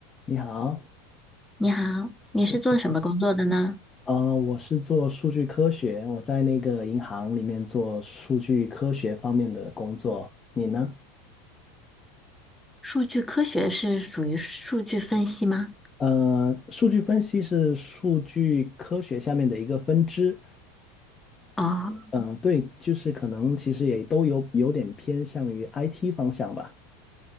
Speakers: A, on the left; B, in the centre.
A: 你好，
B: 你好，你是做什么工作的呢？
A: 对，呃，我是做数据科学，我在那个银行里面做数据科学方面的工作。你呢？
B: 数据科学是属于数据分析吗？
A: 呃，数据分析是数据科学下面的一个分支。
B: 哦
A: 嗯、对，就是可能其实也都有有点偏向于 IT 方向吧。